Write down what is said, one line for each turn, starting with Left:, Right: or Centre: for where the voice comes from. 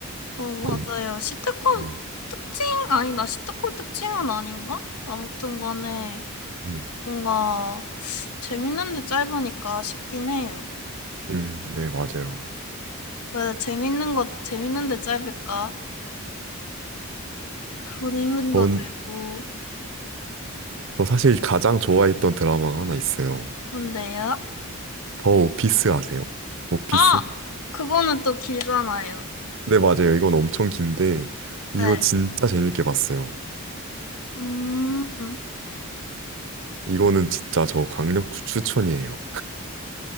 Left: 어, 맞아요.
Right: 너무,
Left: 시트콤
Right: 네.
Left: 특징? 아니다. 시트콤 특징은 아닌가? 아무튼 간에
Right: 네.
Left: 뭔가 재밌는데 짧으니까 싶긴 해요.
Right: 음, 네, 맞아요.
Left: 왜 재밌는 것 재밌는데 짧을까? 그런 의문도
Right: 전,
Left: 들고.
Right: 저 사실 가장 좋아했던 드라마가 하나 있어요.
Left: 뭔데요?
Right: 어, 오피스 아세요? 오피스?
Left: 아, 그거는 또 길잖아요.
Right: 네, 맞아요. 이건 엄청 긴데, 이거
Left: 네.
Right: 진짜 재밌게 봤어요.
Left: 음,
Right: 이거는 진짜 저 강력 추천이에요.